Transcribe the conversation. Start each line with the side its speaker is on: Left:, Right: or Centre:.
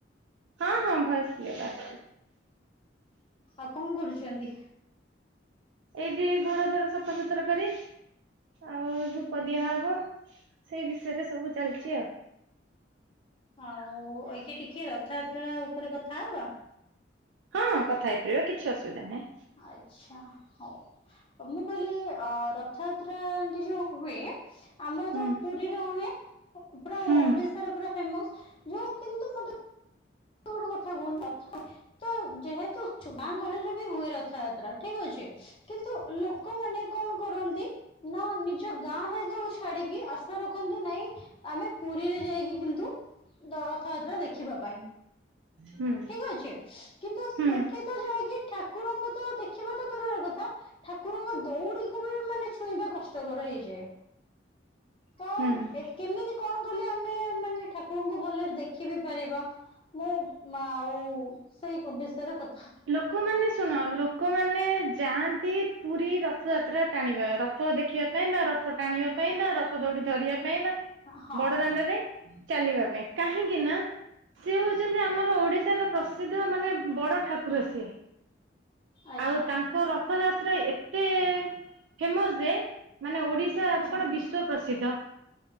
Right: ହଁ ହଁ ଭୟ
Left: ଆଉ କଣ କରୁଛନ୍ତି।
Right: ଏଇ ଯି ଘର ଦାରା ସବୁ ସଫାସତୁର କରି ଆଉ ଧୂପ ଦିଆହବ ସେଇ ବିଷୟରେ ସବୁ ଚାଲିଛି ଆଉ
Left: ଆଉ ଏକେ ଟିକେ ରଥଯାତ୍ରା ପରେ କଥା ହେବା
Right: ହଁ କଥା ହେଇପାରିବା କିଛି ଅସୁବିଧା ନାହିଁ।
Left: ଆଚ୍ଛା ହଉ ମୁଁ କହିଲି ଅ ରଥଯାତ୍ରାଆଣ୍ଟି ଯୋଉ ହୁଏ ଆମର
Right: ହୁଁ
Left: ତ ପୁରୀରେ ହୁଏ ପୁରା
Right: ହୁଁ
Left: ଓଡିଶାରେ ପୁରା ଫେମସ ଯୋଉ କିନ୍ତୁ ମୋତେ ଗୋଟେ କଥା କୁହନ୍ତୁ ତତ୍ ତତ୍ ତ ଯେହେତୁ ଚୁବାଙ୍ଗ ଗହଳିରେ ବି ହୁଏ ରଥଯାତ୍ରା ଠିକ ଅଛି କିନ୍ତୁ ଲୋକମାନେ କଣ କରନ୍ତି ନା ନିଜ ଗାଁ ହେଗକୁ ଛାଡିକି ଆଶା ରଖନ୍ତି ନାଇଁ ଆମେ ପୁରୀରେ ଯାଇକି କିନ୍ତୁ ରଥଯାତ୍ରା ଦେଖ ଖିବା ପାଇଁ।
Right: ହୁଁ
Left: ଠିକ ଅଛି କିନ୍ତୁ ସେଠି
Right: ହୁଁ
Left: ତ ଯାଇକି ଠାକୁରଙ୍କୁ ତ ଦେଖିବା ତ ଦୂରର କଥା ଠାକୁରଙ୍କ ଦୌଡି କୁ ବି ମାନେ ଛୁଇଁବା କଷ୍ଟକର ହେଇଯାଏ। ତ
Right: ହୁଁ।
Left: ଏ କେମିତି କଣ କଲେ ଆମେ ମାନେ ଠାକୁରଙ୍କୁ ଭଲରେ ଦେଖି ବିି ପାରିବା। ମୁଁ ମା ଆଉ ସେଇ ବିଷୟରେ କ
Right: ଲୋକମାନେ ଶୁଣ ଲୋକମାନେ ଯାଆନ୍ତି ପୁରୀ ରଥଯାତ୍ରା ଟାଣିବା ରଥ ଦେଖିବା ପାଇଁ ବା ରଥ ଟାଣିବା ପାଇଁ ବା ରଥ ଦୌଡ଼ି ଧରିବା ପାଇଁ ବା
Left: ହଁ
Right: ବଡ ଦାଣ୍ଡରେ ଚାଲିବା ପାଇଁ କାହିଁ କିନା ସେ ହୋଉଚନ୍ତି ଆମର ଓଡିଶାର ପ୍ରସି ପ୍ରସିଦ୍ଧ ମାନେ ବଡ ଠା କୁର ସିଏ
Left: ଆଚ୍ଛା
Right: ଆଉ ତାଙ୍କ ରଥଯାତ୍ରା ଏତେ ଫେମସ ଯେ ମାନେ ଓଡିଶା
Left: ଆଚ୍ଛା
Right: କଣ ବିଶ୍ୱ ପ୍ରସିଦ୍ଧ।